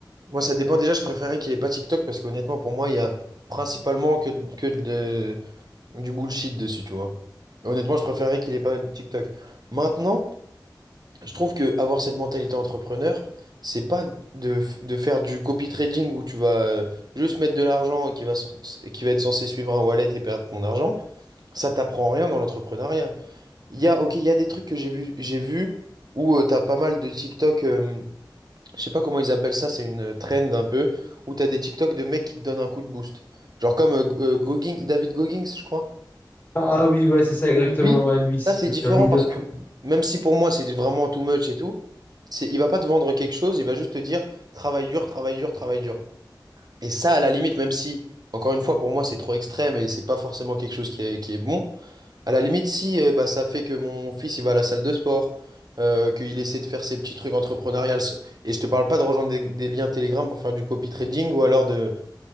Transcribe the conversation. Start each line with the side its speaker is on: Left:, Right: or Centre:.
Right: Moi, ça dépend déjà, je préférais qu'il ait pas TikTok parce qu'honnêtement, pour moi, il y a principalement que, que de, du bullshit dessus, tu vois. Honnêtement, je préférais qu'il ait pas TikTok. Maintenant, je trouve que avoir cette mentalité entrepreneur, c'est pas de, f- de faire du copy trading où tu vas euh, juste mettre de l'argent qui va, sor- qui va être censé suivre un wallet et perdre ton argent. Ça t'apprend rien dans l'entrepreneuriat. Il y a, ok, il y a des trucs que j'ai vu, j'ai vu où euh, t'as pas mal de TikTok, euh, je sais pas comment ils appellent ça, c'est une euh, trend un peu, où t'as des TikTok de mecs qui te donnent un coup de boost. Genre comme euh, G- euh, Goggins- David Goggins, je crois.
Left: Ah oui, ouais, c'est ça exactement.
Right: ou lui,
Left: Ouais, lui, c'est
Right: ça c'est
Left: devenu
Right: différent
Left: un idole
Right: parce
Left: pour.
Right: que même si pour moi c'est vraiment too much et tout, c'est, il va pas te vendre quelque chose, il va juste te dire travaille dur, travaille dur, travaille dur. Et ça, à la limite, même si, encore une fois, pour moi c'est trop extrême et c'est pas forcément quelque chose qui est, qui est bon. À la limite, si euh, bah, ça fait que mon fils il va à la salle de sport, euh, qu'il essaie de faire ses petits trucs entrepreneuriales, ce- et je te parle pas de rejoindre des, des liens Telegram pour faire du copy trading ou alors de